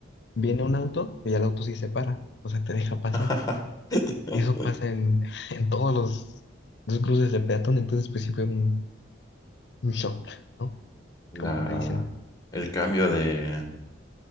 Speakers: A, on the left; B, on the left.
A: viene un auto y el auto sí se para, o sea, te deja pasar.
B: <laughs>
A: Y eso pasa en, <laughs> en todos los, los cruces de peatón, entonces pues sí fue un, un shock, ¿no?
B: La,
A: Como le dicen.
B: el cambio de,